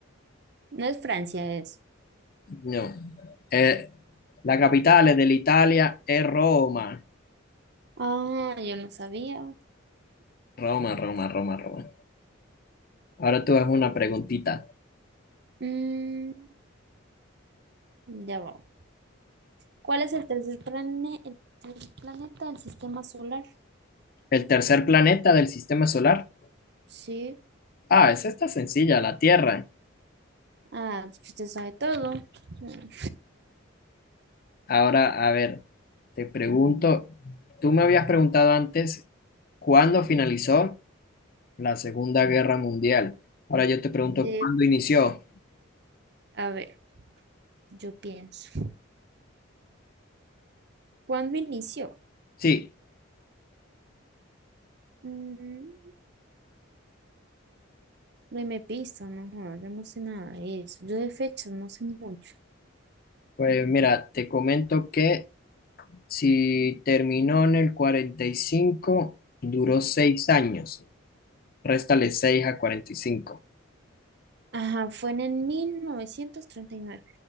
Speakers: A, on the right; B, on the left.
A: No es Francia, es.
B: No. Eh, la capital de la Italia es Roma.
A: Ah, yo no sabía.
B: Roma, Roma, Roma, Roma. Ahora tú haz una preguntita.
A: Mm, ya va. ¿Cuál es el tercer plane- el tercer planeta del sistema solar?
B: ¿El tercer planeta del sistema solar?
A: Sí.
B: Ah, esa está sencilla, la Tierra.
A: Ah, es que usted sabe todo. Mm.
B: Ahora, a ver, te pregunto, tú me habías preguntado antes cuándo finalizó la Segunda Guerra Mundial. Ahora yo te pregunto
A: Sí.
B: cuándo inició.
A: A ver, yo pienso. ¿Cuándo inició?
B: Sí,
A: Mm, Deme pista, no, joda, yo no sé nada de eso. Yo de fechas no sé mucho.
B: Pues mira, te comento que si terminó en el 45 duró 6 años. Réstale 6 a cuarenta y cinco
A: Ajá, fue en el mil novecientos treinta y nueve.